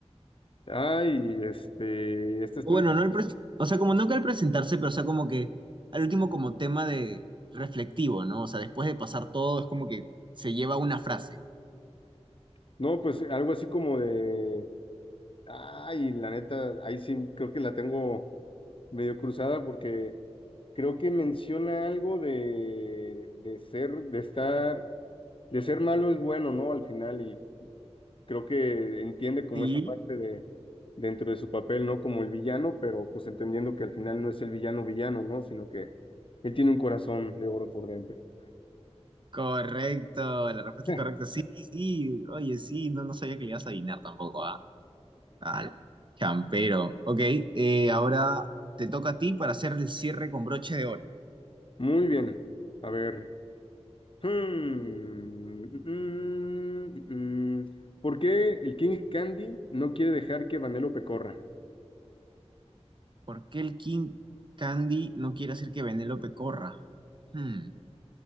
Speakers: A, on the left; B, on the right.
A: Ay, este, esta está...
B: O bueno,
A: di-
B: no el pres- o sea, como no que al presentarse, pero o sea, como que al último como tema de reflectivo, ¿no? O sea, después de pasar todo, es como que se lleva una frase.
A: No, pues algo así como de... Ay, la neta, ahí sí creo que la tengo medio cruzada porque creo que menciona algo de, de ser, de estar, de ser malo es bueno, ¿no? Al final, y creo que entiende como
B: Sí,
A: esa parte de dentro de su papel, ¿no? Como el villano, pero pues entendiendo que al final no es el villano villano, ¿no? Sino que él tiene un corazón de oro por dentro.
B: correcto, la respuesta
A: <laughs>
B: es correcta. Sí, sí, oye, sí, no, no sabía que le ibas a adivinar tampoco, ¿ah? Al champero. Ok, eh, ahora te toca a ti para hacer el cierre con broche de oro.
A: Muy bien. A ver. Hmm, mm, mm. mm. ¿Por qué el King Candy no quiere dejar que Vanellope corra?
B: ¿Por qué el King Candy no quiere hacer que Pecorra? corra? Hmm.